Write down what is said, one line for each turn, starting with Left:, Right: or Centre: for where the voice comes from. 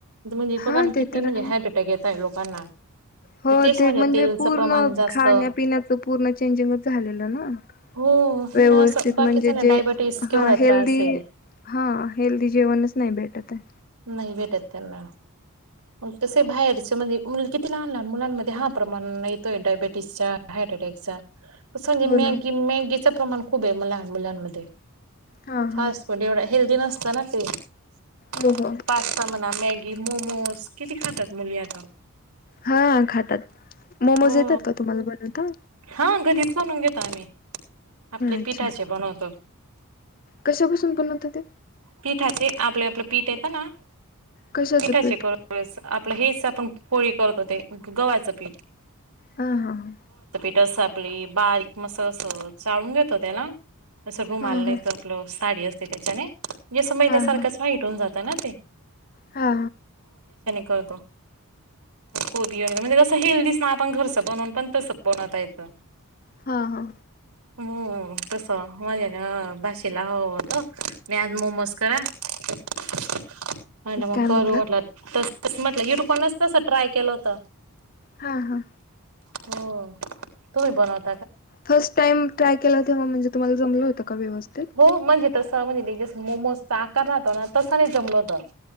Right: म्हणजे बघा
Left: हा ते
Right: किती
Left: तर
Right: म्हणजे
Left: आहे
Right: हार्ट अटॅक येताय लोकांना <unintelligible>
Left: हो
Right: तेच
Left: ते म्हणजे
Right: तेलचं
Left: पूर्ण
Right: प्रमाण जास्त
Left: खाण्यापिण्याचं पूर्ण चेंजिंगच झालेलं ना
Right: हो
Left: व्यवस्थित
Right: मग असं बाकीचा
Left: म्हणजे
Right: ना
Left: जे
Right: डायबिटीस केवढा
Left: हा हेल्दी
Right: त्रास आहे
Left: हा हेल्दी जेवणच नाही भेटत आहे
Right: नाही भेटत त्यांना मग तस बाहेरच म्हणजे किती लहान लहान मुलांमध्ये हा प्रमाण येतोय डायबेटीसचा हार्ट अटॅकचा संगे
Left: हो
Right: मॅगी,
Left: ना
Right: मॅगी च प्रमाण खूप आहे म लहान मुलांमध्ये
Left: हा हा
Right: फास्ट फूड एवढा हेल्दी नस <unintelligible>
Left: हो हो
Right: पास्ता म्हणा मॅगी ते मोमोज ते किती खातात मुली आता
Left: हा खातात मोमोज
Right: हो
Left: येतात का तुम्हाला बनवता?
Right: हा घरीच बनवून घेतात <unintelligible> आपले
Left: अच्छा
Right: पिठाचे बनवतो
Left: कशापासून बनवता ते
Right: पीठाचे आपले आपलं पीठ येतं ना
Left: कशाचं
Right: पिठाचे
Left: पीठ
Right: करतो असं आपलं हेच आपण पोळी करतो ते गव्हा्चं पीठ
Left: हा हा हा
Right: स आपली बारीक मस्त अस चाळून घेतो त्याला असं रुमाल
Left: हा
Right: नाही
Left: हा
Right: आपलं साडी अस <unintelligible> जस मैद्यसारख
Left: हा हा
Right: हाईट होऊन जातं <unintelligible>
Left: हा
Right: कर, कोबी वगरे म्हणजे कस हेल्दीच ना आपण घरच बनून पण तस बनवता येतं
Left: हा हा
Right: हो तस माझ्या भाशी ला हवं होत की आज मोमोज करा म्हटलं मग
Left: काय म्हणलात
Right: करू म्हटलं तस तसं म्हटलं युट्यूब पाहूनच तस ट्राय केलं होत
Left: हा हा.
Right: हो तुम्ही बनवत.
Left: फर्स्ट टाइम ट्राय केल. तेव म्हणजेु् तुम्हाला जमलं होत. का व्यवस्थित.
Right: हो म्हणजे तसं म्हणजे ते जसं मोमोजचा आकार राहतो ना तसं नाही जमल होत.